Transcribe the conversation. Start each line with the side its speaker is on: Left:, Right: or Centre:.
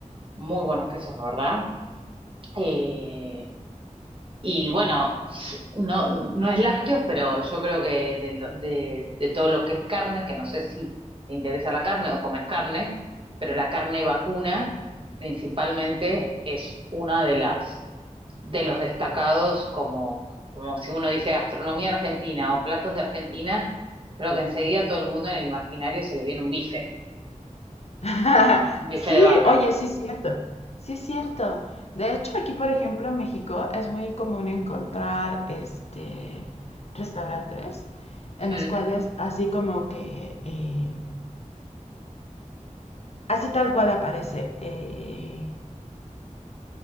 Right: muy buenos quesos, la verdad. Eh, y bueno, s- no, no es lácteos, pero yo creo que de, lo- de, de todo lo que es carne, que no sé si te interesa la carne o comes carne, pero la carne vacuna principalmente es una de las de los destacados como, como si uno dice gastronomía argentina o platos de Argentina, creo que enseguida a todo el mundo en el imaginario se le viene un bife,
Left: <laughs>
Right: un bife
Left: Sí,
Right: de vaca.
Left: oye, sí es cierto, sí es cierto. De hecho, aquí, por ejemplo, en México es muy común encontrar este restaurantes en
Right: Mm,
Left: los cuales así como que eh, así tal cual aparece, eh,